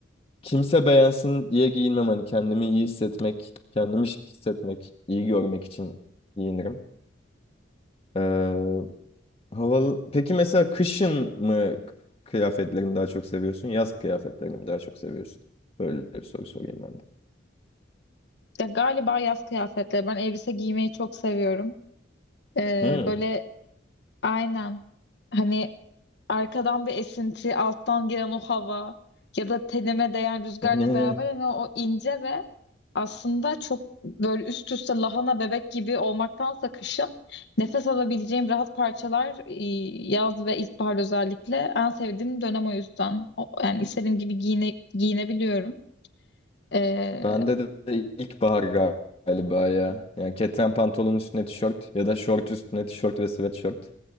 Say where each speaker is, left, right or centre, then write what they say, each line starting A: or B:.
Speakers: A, on the left; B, on the left.
A: kimse beğensin diye giyinmem hani kendimi iyi hissetmek, kendimi şık hissetmek, iyi görmek için giyinirim. Ee, havalı. Peki mesela kışın mı k- kıyafetlerini daha çok seviyorsun? Yaz kıyafetlerini mi daha çok seviyorsun? Böyle bir soru sorayım ben de.
B: ya galiba yaz kıyafetleri. Ben elbise giymeyi çok seviyorum. Ee,
A: Hmm.
B: böyle Aynen. Hani arkadan bir esinti, alttan gelen o hava ya da tenime değen rüzgarla
A: <laughs> Ne?
B: beraber hani o ince ve aslında çok böyle üst üste lahana bebek gibi olmaktansa kışın nefes alabileceğim rahat parçalar e, yaz ve ilkbahar özellikle en sevdiğim dönem o yüzden. O- Yani istediğim gibi giyine, giyinebiliyorum. Ee,
A: Bende de de ilkbahar gal- galiba ya. Yani keten pantolonun üstüne tişört ya da şort üstüne tişört ve sweatshirt.